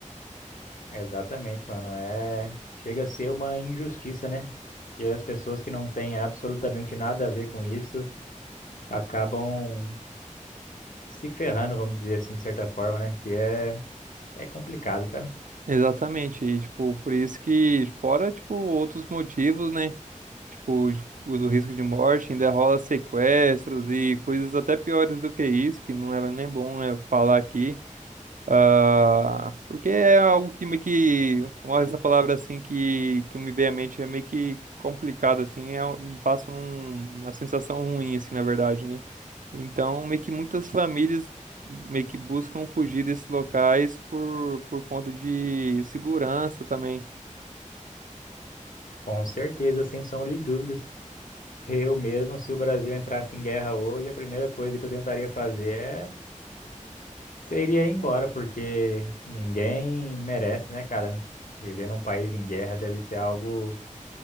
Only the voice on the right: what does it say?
Exatamente. E, tipo, por isso que, fora, tipo, outros motivos, né? Tipo, os- o do risco de morte ainda rola sequestros e coisas até piores do que isso, que não é nem bom é, falar aqui. ah porque é algo que meio que, uma essa palavra assim que, que me vem à mente é meio que complicado, assim, é, um- me passa um- uma sensação ruim, assim, na verdade, né? Então, meio que muitas famílias meio que buscam fugir desses locais por, por conta de segurança também.